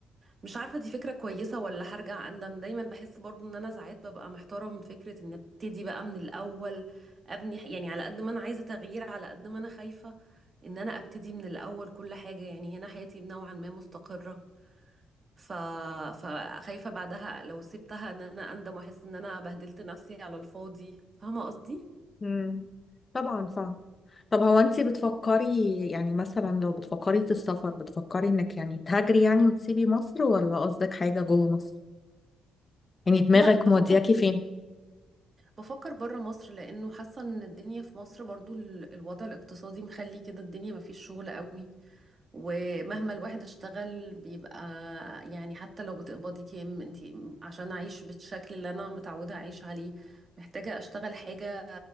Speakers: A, on the right; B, on the left.
A: مش عارفة دي فكرة كويسة ولا هرجع اندم دايما بحس برضو ان انا ساعات ببقى محتارة من فكرة ان ابتدي بقى من الاول ابني يعني على قد ما انا عايزة تغيير على قد ما انا خايفة ان انا ابتدي من الاول كل حاجة يعني هنا حياتي نوعا ما مستقرة ف... فخايفة بعدها لو سبتها ان انا اندم واحس ان انا بهدلت نفسي على الفاضي فاهمة قصدي؟
B: مم. طبعا فاهم طب هو انت بتفكري يعني مثلا لو بتفكري في السفر بتفكري انك يعني تهاجري يعني وتسيبي مصر ولا قصدك حاجة جوه مصر يعني دماغك
A: لا بفكر
B: مودياكي فين
A: بفكر بره مصر لانه حاسه ان الدنيا في مصر برضو ال- الوضع الاقتصادي مخلي كده الدنيا مفيش شغل قوي ومهما الواحد اشتغل بيبقى يعني حتى لو بتقبضي كام انت عشان اعيش بالشكل اللي انا متعوده اعيش عليه محتاجه اشتغل حاجه